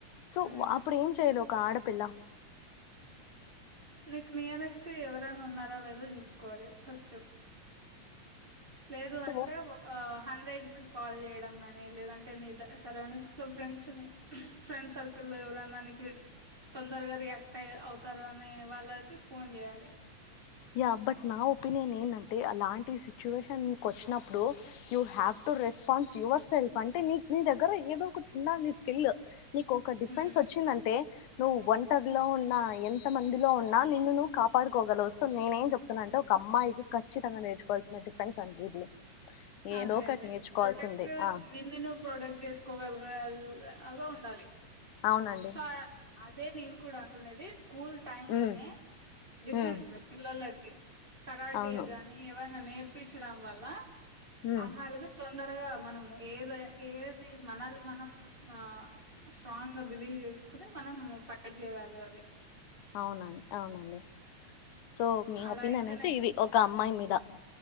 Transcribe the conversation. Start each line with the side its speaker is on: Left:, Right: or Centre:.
Left: సో
Right: హ్మ్
Left: అప్పుడు ఏం చేయలేం ఒక ఆడపిల్ల
Right: నీకు నియరెస్ట్ ఎవరైనా ఉన్నారో లేదో చూసుకోవాలి ఫస్ట్ లేదు
Left: సో
Right: అంటే ఒక హండ్రెడ్ కి కాల్ చేయడం గానీ లేదంటే నీ సరౌండింగ్స్ లో ఫ్రెండ్స్ ని ఫ్రెండ్ సర్కిల్ లో ఎవరైనా నీకు తొందరగా రియాక్ట్ అయి అవుతారు అనే వాళ్ళకి ఫోన్ చేయాలి
Left: యా బట్ నా ఒపీనియన్ ఏందంటే అలాంటి సిచ్యువేషన్ కు వచ్చినప్పుడు you have to response yourself అంటే నీ నీ దగ్గర ఏదో ఒకటి ఉండాలి నీ స్కిల్ నీకు ఒక డిఫన్స్
Right: హ్మ్
Left: వచ్చిందంటే నువ్వు ఒంటరిలో ఉన్నా ఎంత మందిలో ఉన్నా నిన్ను నువ్వు కాపాడుకోగలవు సో నేనేం చెప్తున్నా అంటే ఒక అమ్మాయికి ఖచ్చితంగా నేర్చువాల్సిన డిఫెన్స్ అండి ఇది ఏదో
Right: అదే
Left: ఒకటి
Right: అదే
Left: నేర్చుకోవాల్సిందే
Right: ప్రొటెక్ట్
Left: ఆ
Right: నిన్నను ప్రొడక్ట్ చేసుకోగలిగా ఆ అవే ఉండాలి
Left: అవునండి
Right: ఆ అదే నిం కూడా అంటూనేది స్కూల్ టైమ్ లోనే
Left: ఉమ్
Right: డిఫెంట్
Left: ఉమ్
Right: పిల్లలని కే కరాటేగానీ
Left: అవును
Right: ఏవన్నా నేర్పించడం వల్ల
Left: ఉమ్
Right: అమ్మాయిలకు తోద్ తొందరగా మనం ఏదో ఏది మనల్ని మనం ఆహ్ స్ట్రాంగా బిలీవ్. చేసుకోని మనం పక్కకు జరగాలి.
Left: అవునండి అవునండి. సో మీ
Right: అలా
Left: ఒపీనియన్
Right: అయితేనే
Left: అయితే ఇది ఒక. మై మీద.